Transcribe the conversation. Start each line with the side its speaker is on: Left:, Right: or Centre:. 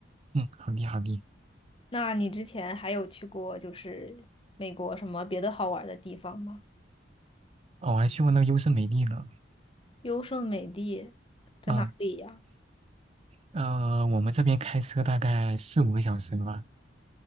Right: 嗯，好的好的。
Left: 那你之前还有去过就是美国什么别的好玩的地方吗？
Right: 哦，我还去过那个优胜美地呢。
Left: 优胜美地在哪里呀？
Right: 嗯呃，我们这边开车大概四五个小时吧。